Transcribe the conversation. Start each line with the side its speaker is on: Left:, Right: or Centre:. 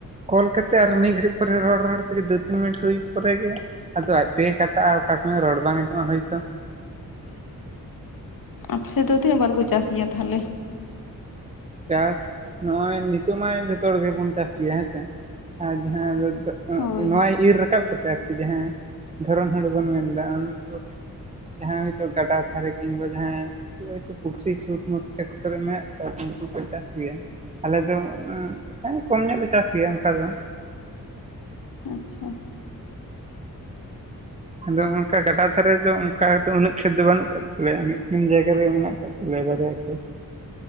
Right: ᱠᱚᱞ ᱠᱟᱛᱮ ᱟᱨ ᱢᱤᱫ ᱜᱷᱟᱹᱲᱤᱡ ᱯᱚᱨᱮ ᱨᱚᱲ ᱨᱚᱲ ᱛᱮᱜᱮ ᱫᱩ ᱛᱤᱱ ᱢᱤᱱᱤᱴ ᱦᱩᱭ ᱯᱚᱨᱮᱜ ᱜᱮ ᱟᱫᱚ ᱟᱡᱛᱮᱜᱮ ᱠᱟᱴᱟᱜᱼᱟ ᱚᱠᱟ ᱥᱚᱢᱚᱭ ᱨᱚᱲ ᱵᱟᱝ ᱟᱸᱡᱚᱢᱚ-ᱟ ᱦᱳᱭᱛᱚ᱾
Left: ᱟᱯᱮ ᱥᱮᱫ ᱫᱚ ᱛᱤᱱᱟᱹᱜ ᱵᱟᱨ ᱠᱚ ᱪᱟᱥ ᱜᱮᱭᱟ ᱛᱟᱦᱚᱞᱮ?
Right: ᱪᱟᱥ ᱱᱟᱜ-ᱚᱭ ᱱᱤᱛᱚᱜ ᱢᱟ ᱡᱚᱛᱚ ᱦᱚᱲ ᱜᱮᱵᱚᱱ ᱪᱟᱥ ᱜᱮᱭᱟ ᱦᱮᱸᱥᱮ ᱟᱨ ᱡᱟᱦᱟᱸ ᱫᱚ
Left: ᱦᱳᱭ
Right: ᱱᱚᱣᱟ ᱤᱨᱻ ᱨᱟᱠᱟᱵ ᱠᱟᱛᱮ ᱟᱨᱠᱤ ᱡᱟᱦᱟᱸ ᱫᱷᱚᱨᱚᱱ ᱦᱩᱲᱩ ᱵᱚᱱ ᱢᱮᱱ ᱮᱫᱟ ᱟᱱᱟ ᱫᱚ ᱡᱟᱦᱟᱸᱭ ᱦᱳᱭᱛᱳ ᱜᱟᱰᱟ ᱫᱷᱟᱨᱮ ᱠᱤᱝᱵᱟ ᱡᱟᱦᱟᱸᱭ ᱡᱮ ᱦᱳᱭᱛᱚ ᱯᱩᱠᱷᱨᱤ ᱥᱩᱛ ᱧᱟᱜ ᱠᱷᱮᱛ ᱠᱚᱨᱮᱜ ᱢᱮᱱᱟᱜ ᱠᱟᱣᱟ ᱛᱚ ᱩᱱᱠᱩ ᱠᱚ ᱪᱟᱥ ᱜᱮᱭᱟ᱾ ᱟᱞᱮ ᱫᱚ ᱩᱸ ᱦᱮᱸ ᱠᱚᱢ ᱧᱚᱜ ᱞᱮ ᱪᱟᱥ ᱜᱮᱭᱟ ᱚᱱᱠᱟ ᱫᱚ᱾
Left: ᱟᱪᱪᱷᱟ᱾
Right: ᱟᱫᱚ ᱚᱱᱠᱟ ᱜᱟᱰᱟ ᱫᱷᱟᱨᱮ ᱫᱚ ᱚᱱᱠᱟ ᱫᱚ ᱩᱱᱟᱹᱜ ᱠᱷᱮᱛ ᱫᱚ ᱵᱟᱹᱱᱩᱜ ᱟᱠᱟᱫ ᱛᱟᱞᱮᱭᱟ᱾ ᱢᱤᱫᱴᱮᱱ ᱡᱟᱭᱜᱟ ᱨᱮᱜ ᱢᱮᱱᱟᱜ ᱟᱠᱟᱫ᱾ <unintelligible>